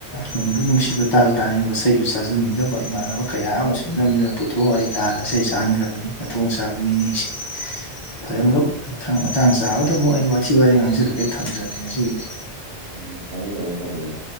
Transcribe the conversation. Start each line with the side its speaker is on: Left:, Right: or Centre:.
Left: ꯅꯪꯕꯨ ꯅꯤꯡꯅꯨꯡꯁꯤꯕ ꯇꯥꯁꯨ ꯇꯥꯅꯤꯡꯕ ꯏꯁꯩꯁꯨ ꯆꯥꯖꯅꯤꯡꯗꯕ ꯏꯃꯥꯟꯅꯕ ꯀꯌꯥ ꯑꯃꯁꯨ ꯅꯝꯗꯨꯅ ꯄꯨꯊꯣꯛꯑ ꯑꯩ ꯇꯥꯜꯂꯒ ꯏꯁꯩ ꯆꯥꯍꯟꯈ꯭ꯔꯕꯅꯤ ꯃꯊꯣꯡ ꯆꯥꯕ ꯃꯤꯅꯤꯁꯦ ꯐꯔꯦ ꯃꯔꯨꯞ
Right: ꯎꯝ
Left: ꯃꯊꯥꯡ ꯃꯇꯥꯡ ꯆꯥꯕꯗ ꯑꯃꯨꯛ ꯑꯩ ꯋꯥꯔꯤ ꯊꯤ ꯋꯥꯔꯤꯔꯦ ꯉꯥꯡꯖꯔꯛꯀꯦ ꯊꯝꯖꯔꯒꯦ ꯉꯁꯤꯒꯤꯗꯤ
Right: ꯎꯝ ꯀꯅꯤ ꯀꯅꯤꯀꯧꯕꯔ